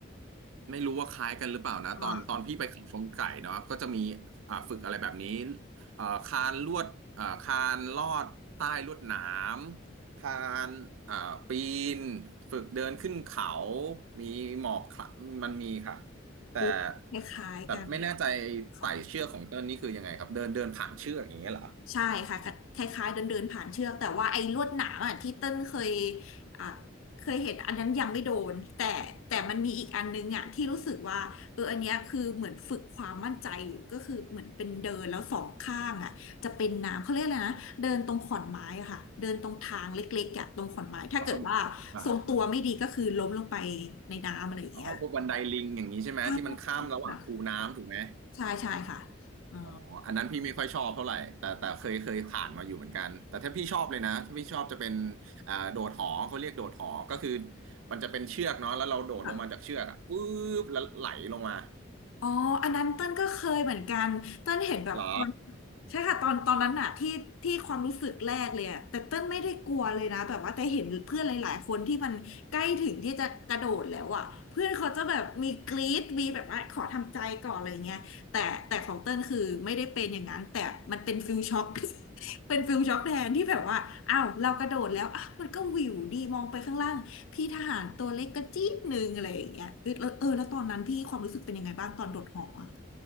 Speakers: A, on the right (about 80°); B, on the left (about 85°).
A: ไม่รู้ว่าคล้ายกันหรือเปล่านะตอนตอนพี่ไปเขาชนไก่เนาะก็จะมี
B: อ่า
A: อ่าฝึกอะไรแบบนี้อ่าคานลวดอ่าคานลอดใต้ลวดหนามคานอ่าปีนฝึกเดินขึ้นเขามีหมอบคละมันมีค่ะแต่
B: พูดคล้ายๆกัน
A: แต่ไม่แน่ใจ
B: ค่ะ
A: ไต่เชือกของเติ้ลนี่คือยังไงครับเดินเดินผ่านเชือกอย่างเงี้ยเหรอ
B: ใช่ค่ะคล้ายๆเดินเดินผ่านเชือกแต่ว่าไอ้ลวดหนามอ่ะที่เต้นเคยอ่ะเคยเห็นอันนั้นยังไม่โดนแต่แต่มันมีอีกอันนึงอ่ะที่รู้สึกว่าเอออันเนี้ยคือเหมือนฝึกความมั่นใจอยู่ก็คือเหมือนเป็นเดินแล้วสองข้างอ่ะจะเป็นน้ำเขาเรียกอะไรนะเดินตรงขอนไม้อะค่ะเดินตรงทางเล็กๆอ่ะตรงขอนไม้ถ้าเกิดว่าทรงตัวไม่ดีก็คือล้มลงไป
A: อ๋อสมอ่า
B: ในน้ำอะไรอย่างเงี้ย
A: อ๋อพวกบันไดลิงอย่างนี้ใช่ไหมที่มันข้ามระหว่างคูน้ำถูกไหม
B: ค่ะใช่ใช่ค่ะอ๋อ
A: อ๋ออันนั้นพี่ไม่ค่อยชอบเท่าไหร่แต่แต่เคยเคยผ่านมาอยู่เหมือนกัน แต่ถ้าพี่ชอบเลยนะถ้าพี่ชอบจะเป็นอ่าโดดหอเขาเรียกโดดหอก็คือมันจะเป็นเชือกเนาะแล้วเราโดดลงมาจากเชือกอะปุ๊บแล้วไหลลงมา
B: ค่ะ อ๋ออันนั้นเต้นก็เคยเหมือนกัน เต้นเห็นแบบตอน
A: เหรอ
B: ใช่ค่ะตอนตอนนั้นน่ะที่ที่ความรู้สึกแรกเลยอะแต่เต้นไม่ได้กลัวเลยนะแบบว่าแต่เห็นเพื่อนหลายๆคนที่มันใกล้ถึงที่จะกระโดดแล้วอะเพื่อนเขาจะแบบมีกรี๊ดมีแบบว่าขอทำใจก่อนอะไรเงี้ยแต่แต่ของเต้นคือไม่ได้เป็นอย่างนั้นแต่มันเป็นฟิลช็อก <laughs> เป็นฟิลช็อกแทนที่แบบว่าอ้าวเรากระโดดแล้ว มันก็วิวดีมองไปข้างล่างพี่ทหารตัวเล็กกระจี๊ดหนึ่งอะไรอย่างเงี้ยเออแล้วเออแล้วตอนนั้นพี่ความรู้สึกเป็นยังไงบ้างตอนโดดหออะ